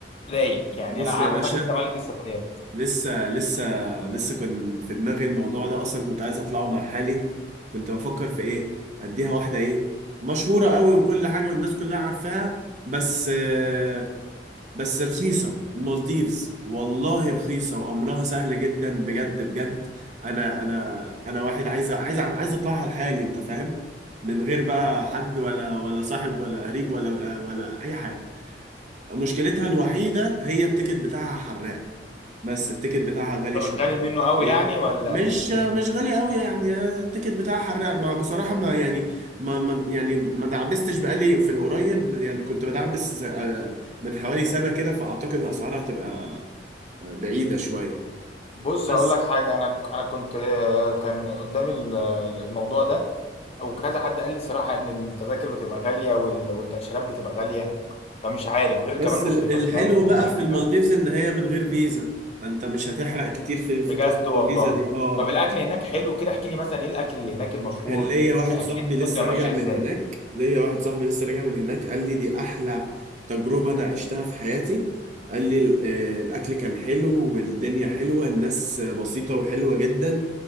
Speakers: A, on the left; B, on the right.
A: رايق يعني
B: بص
A: انا عارفك
B: يا باشا
A: انت ملك السفريات
B: لسه لسه لسه كان في دماغي الموضوع ده اصلا كنت عايز اطلعه مع حالي كنت بفكر في ايه اديها واحده ايه مشهوره قوي وكل حاجه والناس كلها عارفاها بس آه، بس رخيصه المالديفز والله رخيصه وامرها سهل جدا بجد بجد انا انا انا واحد عايز عايز عايز اطلعها لحالي انت فاهم من غير بقى حد ولا ولا صاحب ولا قريب ولا ولا اي حاجه مشكلتها الوحيده هي التيكت بتاعها حراق بس التيكت بتاعها غالي
A: في الغالي
B: شوية
A: منه قوي
B: لكن
A: يعني ولا
B: مش
A: قد ايه
B: مش غالي قوي يعني التيكت بتاعها حراق ما بصراحة ما يعني ما, ما يعني ما دعبستش بقالي في القريب يعني كنت بدعبس ز- آه، من حوالي سنة كده فأعتقد الأسعار هتبقى آه، بعيدة شوية
A: بص
B: بس
A: هقول لك حاجه انا انا كنت آه، كان قدامي ال- الموضوع ده او كذا حد قال لي الصراحه ان التذاكر بتبقى غاليه وال- والتاشيرات بتبقى غاليه فمش عارف غير
B: بس
A: كمان مصاريفك
B: ال- الحلو
A: هناك ومصاريف
B: بقى في
A: الاكل
B: المالديفز إن هي من غير فيزا فأنت مش هتحرق كتير في في
A: بجد
B: قصة
A: والله
B: الفيزا دي اه
A: طب الاكل هناك حلو كده احكي لي مثلا ايه الاكل اللي هناك المشهور
B: كان ليا واحد
A: احكي
B: صاحبي
A: لي الدنيا
B: لسه
A: بتبقى
B: راجع
A: ماشيه
B: من
A: ازاي
B: هناك ليا واحد صاحبي لسه راجع من هناك قال لي دي احلى تجربة انا عشتها في حياتي قال لي ال- آه، الاكل كان حلو والدنيا حلوة الناس بسيطة وحلوة جدا